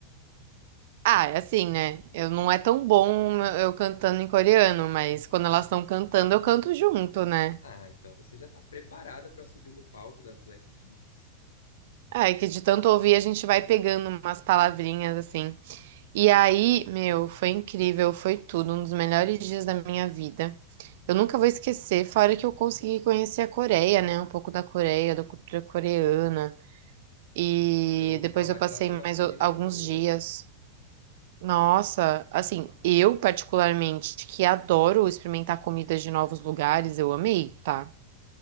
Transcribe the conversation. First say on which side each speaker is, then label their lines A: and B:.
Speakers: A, on the right (about 50°); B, on the left (about 65°).
A: Ah, é assim, né? Eu não é tão bom eu cantando em coreano, mas quando elas estão cantando, eu canto junto, né?
B: Ah, então você já tá preparada para subir no palco das Blackpinks.
A: Ai, que de tanto ouvir a gente vai pegando umas palavrinhas assim. E aí, meu, foi incrível, foi tudo, um dos melhores dias da minha vida. Eu nunca vou esquecer, fora que eu consegui conhecer a Coreia, né? Um pouco da Coreia, da cultura coreana. E
B: Eu ouvi
A: depois
B: falar
A: eu passei
B: que lá tem
A: mais
B: umas comidas
A: o- alguns
B: boas.
A: dias. Nossa, assim, eu particularmente que adoro experimentar comidas de novos lugares, eu amei, tá?